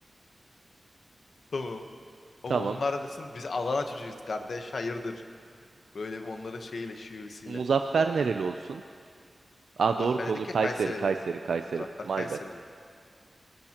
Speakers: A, on the left; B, on the right.
A: Tamam. Ama
B: Tamam.
A: onlar da desin biz Adana çocuğuyuz kardeş hayırdır. Böyle bir onların şeyiyle şivesiyle.
B: Muzaffer nereli olsun? Aa
A: Muzaffer
B: doğru konu
A: dedik
B: Kayseri,
A: ya Kayserili.
B: Kayseri, Kayseri.
A: Muzaffer
B: My
A: Kayserili.
B: bad,